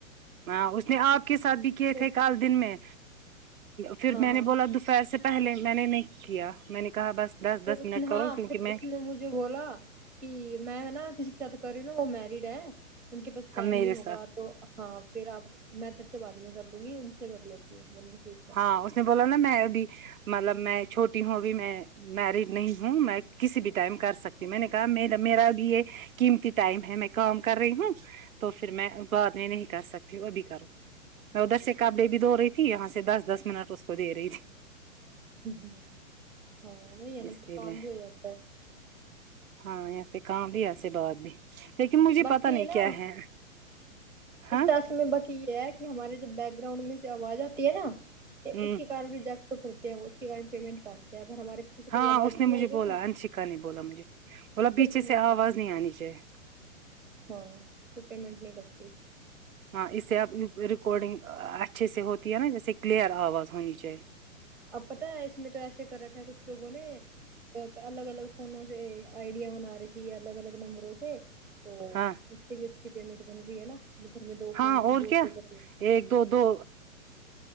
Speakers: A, on the right (about 85°); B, in the centre.
A: ہاں اس نے آپ کے ساتھ بھی کیے
B: پھر
A: تھے کال دن میں پھر
B: ہاں
A: میں
B: ہاں
A: نے بولا دوپہر سے پہلے میں نے نہیں کیا میں نے کہا بس دس
B: پھر
A: دس
B: اس
A: منٹ
B: نے
A: کرو
B: ہاں
A: کیونکہ
B: پھر
A: میں
B: اس نے مجھے بولا کہ میں نا کسی کے ساتھ کر رہی ہوں وہ میریڈ ہے ان کے پاس ٹائم
A: ہم میرے
B: نہیں ہوگا
A: ساتھ
B: تو ہاں پھر آپ میں تیرے سے بعد میں کر لوں گی ان سے کر لیتی ہو میں نے کہا ٹھیک ہے
A: ہاں اس نے بولا نا میں ابھی مطلب میں چھوٹی ہوں ابھی میں میریڈ نہیں ہوں میں کسی بھی ٹائم کر سکتی میں نے کہا میڈم میرا بھی یہ قیمتی ٹائم ہے میں کام کر رہی ہوں تو پھر میں بعد میں نہیں کر سکتی ابھی کروں میں ادھر سے کپڑے بھی دھو رہی تھی یہاں سے دس دس منٹ اس کو دے رہی تھی
B: ھمم ھمم ہاں وہی
A: تھی
B: ہے نا
A: اس
B: پھر
A: لیے
B: کام
A: میں
B: بھی ہو جاتا ہے
A: ہاں یاسے کام بھی ایسے بات بھی لیکن مجھے
B: باقی
A: پتا نہیں
B: یہ نا
A: کیا ہے ہاں
B: اس ٹاسک میں باقی یہ ہے کہ ہمارے جب بیک گراؤنڈ میں سے آواز آتی ہے نا تو
A: ہوں
B: اس کے <unintelligible> پھر کرتے ہیں وہ اس کے کارن پیمنٹ کاٹتے ہیں وہ ہمارے پیچھے سے کوئی
A: ہاں
B: آواز
A: اس نے
B: نہیں
A: مجھے
B: آئے گی
A: بولا
B: نا
A: انشکا نے بولا مجھے بولا
B: پھر
A: پیچھے
B: پیمنٹ
A: سے آواز نہیں آنی چاہیے
B: ہاں تو پیمنٹ نہیں کٹتی
A: ہاں اس سے اپنی ریکارڈنگ اچھے سے ہوتی ہے نا جیسے کلیئر آواز ہونی چاہیے
B: اب پتہ ہے اس میں تو ایسے کر رکھا ہے کچھ لوگوں نے الگ الگ فونوں سے آئیڈیا بنا رکھی ہے الگ الگ نمبروں سے تو
A: ہاں
B: اس سے بھی اچھی پیمنٹ بن رہی ہے نا جو گھر میں دو فون
A: ہاں
B: ہے تو
A: اور
B: دو
A: کیا
B: سے کرتے
A: ایک دو دو